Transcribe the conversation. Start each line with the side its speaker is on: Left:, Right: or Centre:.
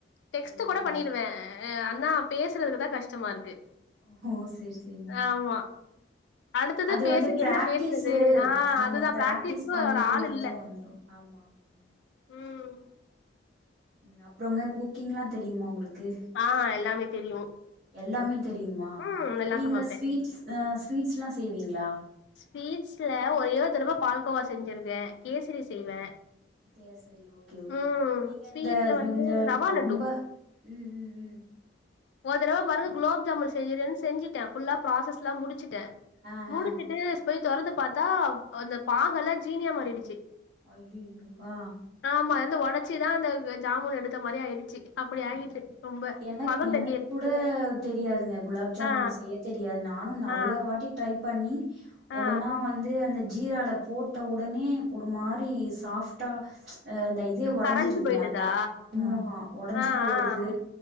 Left: டெக்ஸ்ட்
Right: ஓ
Left: கூட
Right: சேரி
Left: பண்ணிருவே
Right: சேரி
Left: ஆனா பேசறதுக்கு தா கஷ்டமா இருக்கு
Right: ஓ ஓ சேரி சேரிங்க
Left: ஆமா அடுத்தது
Right: அது
Left: பேச
Right: வந்து பிராக்டிஸ்சு
Left: என்ன பேசுறது ஆ
Right: நம்ம
Left: அதுதா
Right: பிராக்டிஸ்
Left: பிராக்டிஸ்க்கு
Right: பண்ணிட்டே
Left: ஒரு ஆள்
Right: இருந்தா
Left: இல்ல
Right: வந்துரு ஆமா ஆமாங்க
Left: ம்
Right: ம் அப்றங்க குக்கிங்லா தெரியுமா உங்களுக்கு
Left: ஆ எல்லாமே தெரியு
Right: எல்லாமே தெரியுமா
Left: ம் நல்லா
Right: நீங்க
Left: சமைப்பே
Right: ஸ்வீட்ஸ் ஸ்வீட்ஸ்லா செய்வீங்ளா
Left: ஸ்வீட்ஸ்ல ஒரே ஒரு தடவ பால்கோவா செஞ்சிருகே கேசரி செய்வே
Right: கேசரி ஓகே ஓகே
Left: ம்
Right: நீங்க
Left: ஸ்வீட்ல
Right: இந்த
Left: வந்து
Right: இந்த
Left: ரவா
Right: ரொம்ப
Left: லட்டு
Right: ம் ம் ம்
Left: ஒரு தடவ பாருங்க குலாப் ஜாமூன் செய்யறேன்னு செஞ்சிட்டே ஃபுல்லா ப்ராசஸ்லா முடிச்சிட்டே
Right: ஆ
Left: முடிச்சிட்டு
Right: ஆ
Left: போய் தொறந்து பாத்தா அந்த பாகெல்லா ஜீனியா மாறிடுச்சி
Right: ஐயையோ ஆ
Left: ஆமா அதுலருந்து ஒடச்சிதா அந்த ஜாமூன் எடுத்த மாரி ஆயிடுச்சி அப்டி ஆயிட்சி
Right: இல்ல
Left: ரொம்ப
Right: எனக்
Left: பதம் தெ
Right: எனக் கூட தெரியாதுங்க குலாப் ஜாமுன்
Left: ஆ
Right: செய்ய தெரியாது நானு நறைய
Left: ஆ
Right: வாட்டி ட்ரை பண்ணி
Left: ஆ
Right: ஒன்னா வந்து அந்த ஜீரால போட்ட உடனே ஒரு மாரி சாஃப்டா அந்த இதே ஒடஞ்சிருதுங்க
Left: கரஞ்சு போயிடுதா
Right: அந்த ஆமா ஒடஞ்சி
Left: ஆ
Right: போயிடுது
Left: ஆ